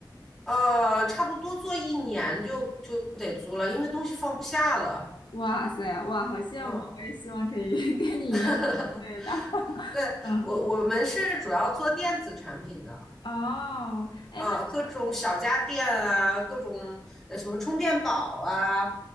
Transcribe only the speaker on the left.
哇塞，哇，好羡慕啊！
我也希望可以 <laughs> 跟你一样越做越大。
<laughs>
嗯，
哦，哎，
那